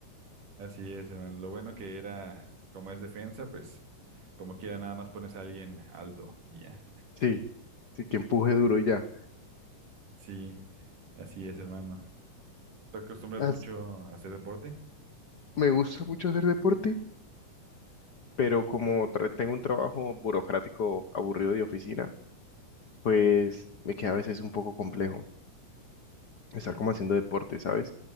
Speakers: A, on the right (about 70°); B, on the left (about 65°).
A: Así es, hermano. Lo bueno que era, como es defensa, pues como quiera, nada más pones a alguien alto y ya.
B: Sí, sí, que empuje duro y ya.
A: Sí, así es, hermano. ¿Te acostumbras
B: As-
A: mucho a hacer deporte?
B: me gusta mucho hacer deporte. pero como tra- tengo un trabajo burocrático aburrido de oficina, pues me queda a veces un poco complejo estar
A: Oh,
B: como haciendo deporte, ¿sabes?